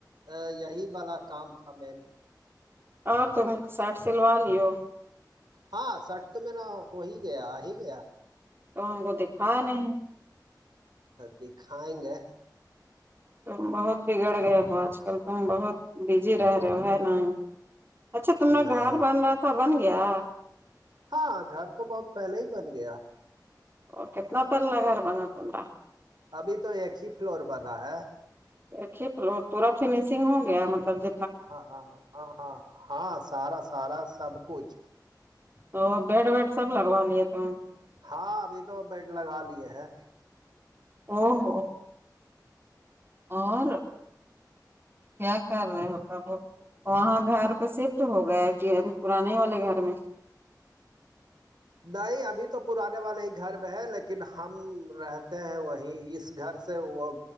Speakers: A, on the right; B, on the right.
A: ا یہی والا کام تھا مین
B: اور تم سرٹ سلوا لیو
A: ہاں سٹ تو میرا ہو ہی گیا آ ہی گیا
B: تو ہم کو دکھایا نہیں
A: دکھائیں گے
B: تم بہت بگڑ گئے ہو آج کل تم بہت بزی رہ رہے ہو ہے ن اچھا تم نے
A: نہیں
B: گھر بن رہا تھا بن گیا
A: ہاں گھر تو بہت پہلے ہی بن گیا
B: وہ کتنا پلہ گھر بنا تما
A: ابھی تو ایک ہی فلور بنا ہے
B: ایکے پورا فنیشنگ ہو گیا مطلب ج
A: ہاں ہاں ہ ہاں ہاں سارا سارا سب کچھ
B: تو بیڈ ویڈ سب لگوا لیے ت ہم
A: ہاں ابھی تو بیڈ لگا لے ہے
B: او ہو اور کیا کر رہے مطلب وہاں گھر پہ شفٹ ہو گیا کہ اب پرانے ہی والے گھر میں
A: نہیں ابھی تو پرانے والے ہی گھر میں ہے لیکن ہم رہتے ہیں وہیں اس گھر سے وہ